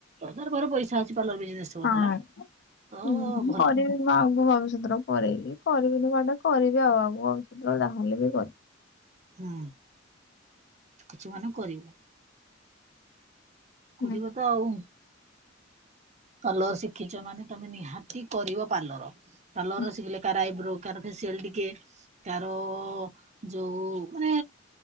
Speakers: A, on the right; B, on the left.
A: ଧର କାର ପଇସା ଅଛି ପାର୍ଲର ବିଜନେସ କରିଦେଲା
B: ହଁ।
A: ତ
B: ହୁଁ
A: ଭଲ।
B: କରିବି ମୁଁ ଆଗକୁ ଭବିଷ୍ୟତରେ କରିବି କରିବିନି ଖଣ୍ଡେ କରିବି ଆଉ ଭବିଷ୍ୟତରେ ଯାହା ହେଲେ ବି କରିବି।
A: ହୁଁ, କିଛି ମାନେ କରିବୁ। କରିବ
B: ହୁଁ।
A: ତ ଆଉ। ପାର୍ଲର ଶିଖିଛ ମାନେ ତମେ ନିହାତି କରିବ ପାର୍ଲର ପାର୍ଲର
B: ହୁଁ
A: ଶିଖିଲେ କାର ଆଇବ୍ରୋ କାର ଫେସିଆଲ ଟିକେ କାର ଯୋଉ ମାନେ